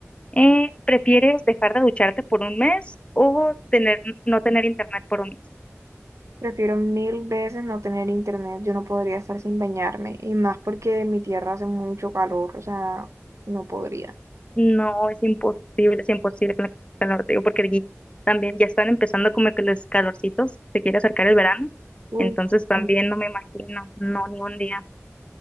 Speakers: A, on the left (about 25°); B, on the right (about 70°).
A: Eh, ¿prefieres dejar de ducharte por un mes o tener, no tener internet por un mes?
B: Prefiero mil veces no tener internet, yo no podría estar sin bañarme, y más porque en mi tierra hace mucho calor, o sea, no podría.
A: No, es imposible, es imposible con el calor, te digo, porque aquí también ya están empezando como que los calorcitos, se quiere acercar el verano,
B: Uf,
A: entonces también
B: sí.
A: no me imagino, no, ni un día.